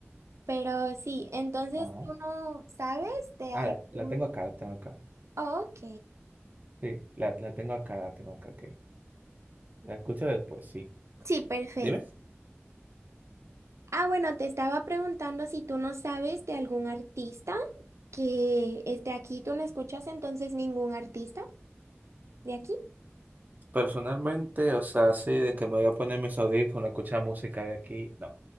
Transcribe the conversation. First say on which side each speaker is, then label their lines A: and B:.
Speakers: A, on the right (about 90°); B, on the right (about 40°).
A: Pero sí, entonces
B: Ajá.
A: tú no sabes de
B: Ah,
A: algún...
B: la, la tengo acá, la tengo acá.
A: Ok.
B: Sí, la, la tengo acá, la tengo acá, ok. La escucho después, sí.
A: Sí, perfecto.
B: Dime.
A: Ah, bueno, te estaba preguntando si tú no sabes de algún artista que esté aquí. ¿Tú no escuchas entonces ningún artista de aquí?
B: Personalmente, o sea, así de que me voy a poner mis audífonos, escuchar música de aquí, no,